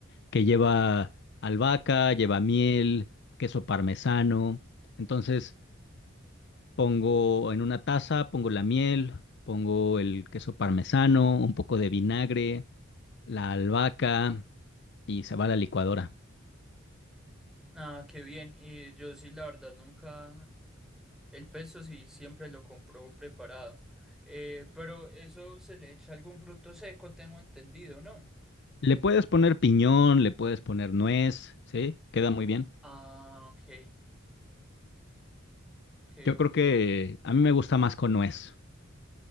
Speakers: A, on the left; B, in the centre.
A: que lleva albahaca, lleva miel, queso parmesano. Entonces, Pongo en una taza, pongo la miel, pongo el queso parmesano, un poco de vinagre, la albahaca y se va a la licuadora.
B: Ah, qué bien. Y yo sí, la verdad, nunca. El pesto sí siempre lo compro preparado. Eh, pero eso se le echa algún fruto seco, tengo entendido, ¿no?
A: Le puedes poner piñón, le puedes poner nuez, ¿sí? Queda muy bien.
B: Ah, ok, ok,
A: Yo creo
B: ok.
A: que a mí me gusta más con nuez,